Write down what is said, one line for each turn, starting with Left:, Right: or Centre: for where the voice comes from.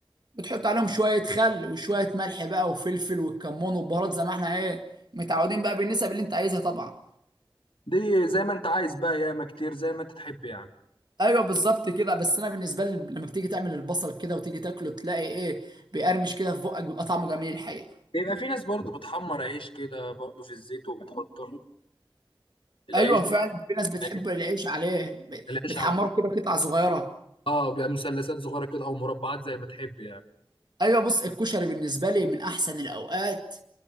Right: بتحط عليهم شوية خل وشوية ملح بقى وفلفل والكمون والبهارات زي ما احنا ايه متعودين بقى بالنسب اللي انت عايزها طبعا
Left: دي زي ما انت عايز بقى ياما كتير زي ما انت تحب يعني
Right: ايوه بالظبط كده بس انا بالنسبة لي لما بتيجي تعمل البصل كده وتيجي تاكله تلاقي ايه بيقرمش كده في بقك بيبقى طعمه جميل الحقيقة
Left: يبقى في ناس برضو بتحمر عيش كده برضو في الزيت وبتحطه العيش
Right: ايوه فعلا في ناس بتحب
Left: العيش
Right: العيش عليه
Left: العيش
Right: بتحمره
Left: على الكشري
Right: كده قطع صغيرة
Left: اه بيبقى مثلثات صغيره كده او مربعات زي ما تحب يعني
Right: ايوه بص الكشري بالنسبة لي من احسن الاوقات